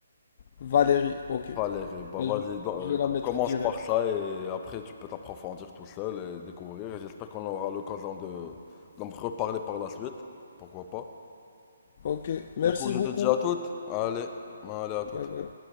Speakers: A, on the left; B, on the left.
A: Valérie, ok.
B: Valérie, bah
A: Ben,
B: vas-y,
A: Je,
B: donc, euh,
A: je vais la
B: c-
A: mettre
B: commence
A: direct.
B: par ça et après tu peux t'approfondir tout seul et découvrir. Et j'espère qu'on aura l'occasion de d'en reparler par la suite. Pourquoi pas?
A: Ok, merci
B: Du coup, je
A: beaucoup.
B: te dis à toutes. Allez, allez à toutes.
A: Bye bye.